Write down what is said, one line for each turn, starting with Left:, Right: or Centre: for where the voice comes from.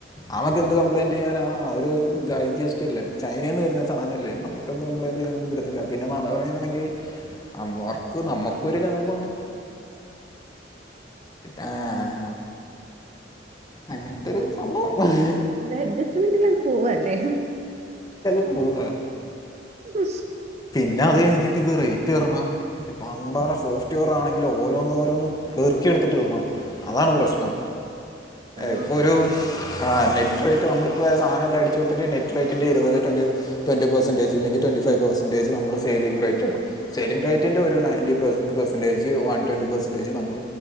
Left: ആവക്ക് എന്ത് കംമ്പപ്ലയിൻറ് <unintelligible> <inaudible> ൻ ആ ഒരു ജി എസ് അല്ലേ ചൈനൽന്ന് വരുന്ന സധനംല്ലേ. നമുക്ക കപ്ലയിന്റ് ചെയ്യാല്ല പിന്നെ പറയാണെങ്കിൽ അവർക്കും നമ്മുക്കും ഒരു ലാഭമാണ്. ആ അങ്ങനത്തെരു സംഭവം. ഹ്ഹ്
Right: അഡ്ജസ്റ്റ്മെന്റൽങ് പോവല്ലേ?
Left: ഉവ്
Right: ബശ്
Left: പിന്നെ അത് കഴിഞ്ഞിട്ട് ഇത് റേറ്റ് പറഞ ഇ പണ്ടാറെ സോഫ്റ്റ്വെയർ ആണങ്കിൽ ഓരോന്ന് ഓന്ന്പോറുകി പറുക്കിടുക്കും എത്തിണം അതാണ് പ്രശ്നം
Right: ഓ
Left: ഇപ്പോ ഒരു ആ നെറ്റ് അ നമ്മിപ്പോ സാനലാം അടിച്ച് കൊടുതിട് നെറ്റ് ഇരുത് <unintelligible> പെർസൻറജ അല്ലെിൽ ട്വറി ഫൈവ പെർസൻറജ് നമ്മൾ സെയിലിംഗ് റേറ്റ്ടും. സേിങ് റേറ്റ്റെ ഒരു നയൻറ്റ പെർെൻറേജ് വ വൻറി പെർസൻറേജ് നമ്മൾ